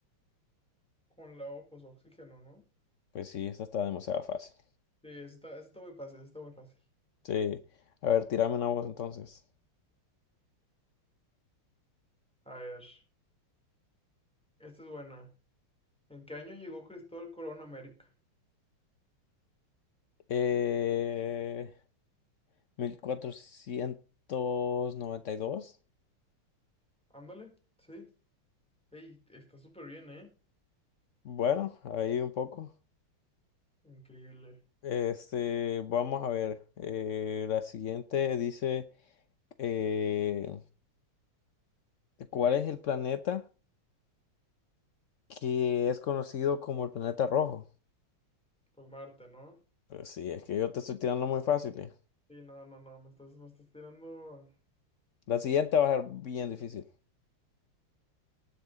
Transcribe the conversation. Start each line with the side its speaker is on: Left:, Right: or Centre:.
Centre: Con la O, pues oxígeno, ¿no?
Left: Pues sí, esta está demasiado fácil.
Centre: Sí, está, está muy fácil, está muy fácil.
Left: Sí. A ver, tírame una voz entonces.
Centre: A ver. Esta es buena. ¿En qué año llegó Cristóbal Colón a América?
Left: Eh, 1492.
Centre: Ándale, sí. Ey, está súper bien, ¿eh?
Left: Bueno, ahí un poco.
Centre: Increíble.
Left: Este, vamos a ver. eh, la siguiente dice, eh, ¿cuál es el planeta que es conocido como el planeta rojo?
Centre: Pues Marte, ¿no?
Left: Pues sí, es que yo te estoy tirando muy fácil. eh.
Centre: Sí, no, no, no, me estás, me estás tirando...
Left: La siguiente va a ser bien difícil.